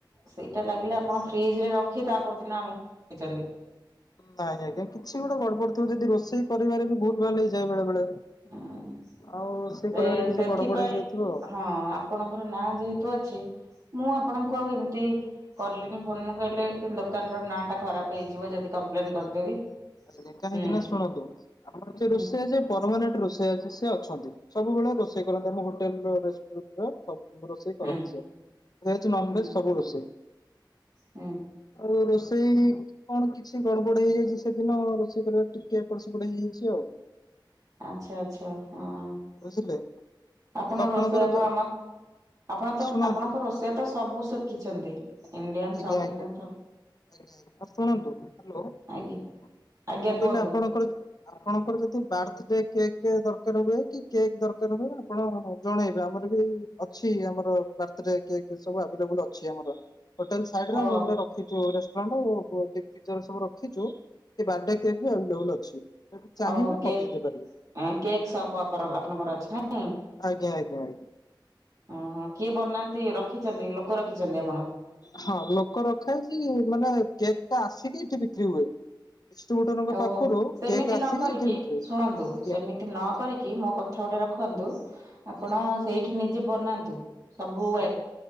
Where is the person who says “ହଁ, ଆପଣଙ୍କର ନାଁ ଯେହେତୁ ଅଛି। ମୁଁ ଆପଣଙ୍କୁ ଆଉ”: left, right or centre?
Right